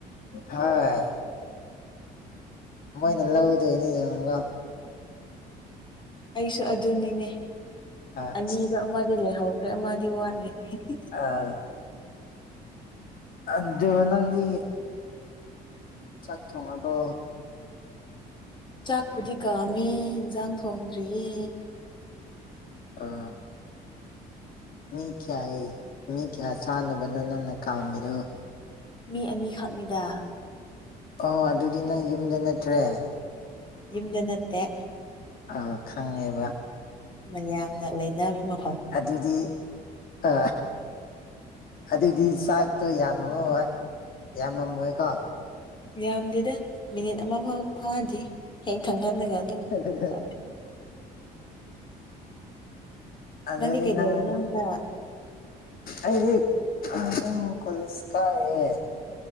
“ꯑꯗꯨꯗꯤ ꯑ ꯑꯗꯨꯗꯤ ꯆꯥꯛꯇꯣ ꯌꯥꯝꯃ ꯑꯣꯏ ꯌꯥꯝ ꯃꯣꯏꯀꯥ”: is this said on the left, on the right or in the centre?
Left